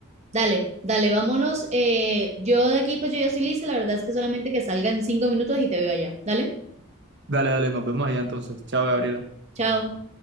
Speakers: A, on the right (about 30°); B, on the right (about 50°).
A: Dale, dale, vámonos. Eh, yo de aquí, pues yo ya soy lista. La verdad es que solamente que salgan cinco minutos y te veo allá. Dale,
B: Dale, dale, nos vemos allá entonces. Chao, Gabriela.
A: chao.